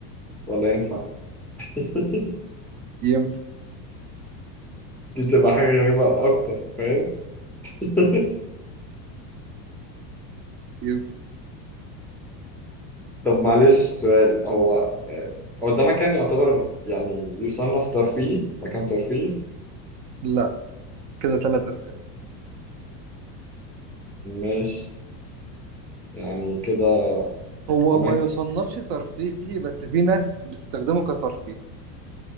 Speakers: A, in the centre; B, on the right (about 55°).
A: ولا ينفع <laughs>
B: ينفع
A: دي تبقى حاجه غريبه اكتر فاهم <laughs>
B: ينفع
A: طب معلش سؤال هو آه، هو ده مكان يعتبر يعني يصنف ترفيهي مكان ترفيهي
B: لا كده ثلاث اسئله
A: ماشي يعني كده
B: هو
A: أماكن
B: ما يصنفش ترفيهي بس في ناس بتستخدمه كترفيه